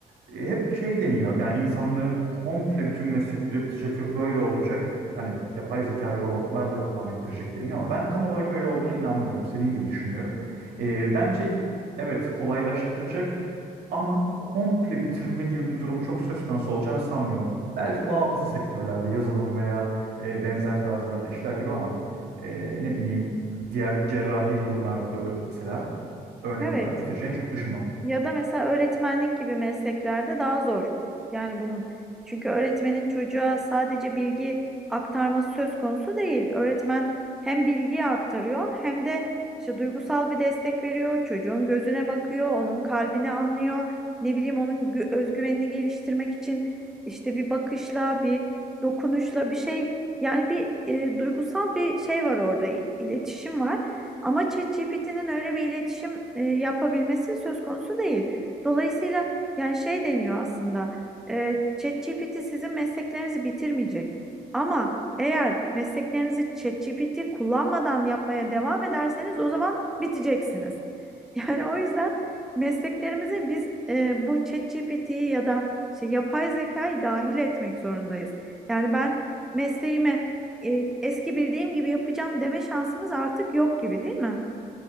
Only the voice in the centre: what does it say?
Evet.
Ya da mesela öğretmenlik gibi mesleklerde daha zor. Yani bunun çünkü öğretmenin çocuğa sadece bilgi aktarması söz konusu değil. Öğretmen hem bilgiyi aktarıyor hem de işte duygusal bir destek veriyor. Çocuğun gözüne bakıyor, onun kalbini anlıyor. Ne bileyim onun gü- özgüvenini geliştirmek için işte bir bakışla, bir dokunuşla bir şey yani bir e, duygusal bir şey var orada, i- iletişim var. Ama ChatGPT'nin öyle bir iletişim e, yapabilmesi söz konusu değil. Dolayısıyla yani şey deniyor aslında. E, ChatGPT sizin mesleklerinizi bitirmeyecek. Ama eğer mesleklerinizi ChatGPT kullanmadan yapmaya devam ederseniz o zaman biteceksiniz. <laughs> Yani o yüzden mesleklerimize biz e, bu ChatGPT'yi ya da işte yapay zekayı dahil etmek zorundayız. Yani ben mesleğime e, eski bildiğim gibi yapacağım deme şansımız artık yok gibi değil mi?